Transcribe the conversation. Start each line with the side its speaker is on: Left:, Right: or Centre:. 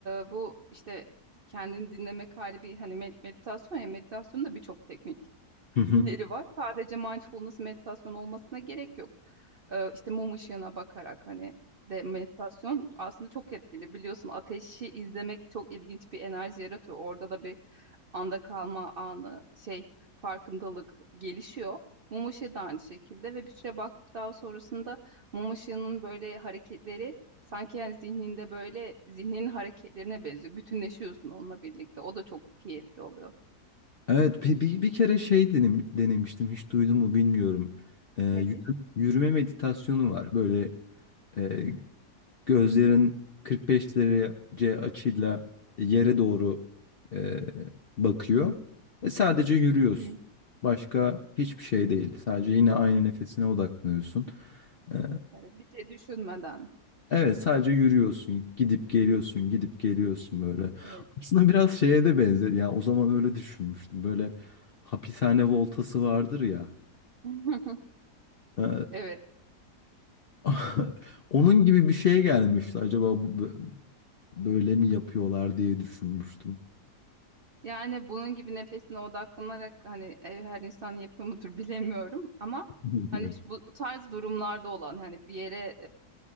Right: bu işte kendini dinlemek hali bir hani med- meditasyon ya meditasyonda birçok teknik
Left: Hı hı.
Right: leri var. Sadece mindfulness meditasyon olmasına gerek yok. Ee, işte mum ışığına bakarak hani de meditasyon aslında çok etkili. Biliyorsun ateşi izlemek çok ilginç bir enerji yaratıyor. Orada da bir anda kalma anı, şey farkındalık gelişiyor. Mum ışığı da aynı şekilde ve bir süre baktıktan sonrasında mum ışığının böyle hareketleri sanki yani zihninde böyle zihninin hareketlerine benziyor. Bütünleşiyorsun onunla birlikte. O da çok keyifli oluyor.
Left: Evet bir, bir, bir kere şey denem- denemiştim hiç duydun mu bilmiyorum. E, yürü-
Right: Nedir?
Left: yürüme meditasyonu var böyle e, Gözlerin 45 derece açıyla yere doğru e, bakıyor. E, sadece yürüyorsun.
Right: Hı.
Left: Başka hiçbir şey değil. Sadece yine aynı nefesine odaklanıyorsun. E,
Right: Evet, bir şey düşünmeden.
Left: evet sadece yürüyorsun. Gidip geliyorsun, gidip geliyorsun böyle.
Right: Evet.
Left: Aslında biraz şeye de benzer. Ya o zaman öyle düşünmüştüm. Böyle hapishane voltası vardır ya.
Right: <laughs>
Left: E,
Right: Evet.
Left: <laughs> onun gibi bir şeye gelmişti. Acaba bu- böyle mi yapıyorlar diye düşünmüştüm.
Right: Yani bunun gibi nefesine odaklanarak hani ev her insan yapıyor mudur bilemiyorum ama
Left: <laughs>
Right: hani şu- bu, bu tarz durumlarda olan hani bir yere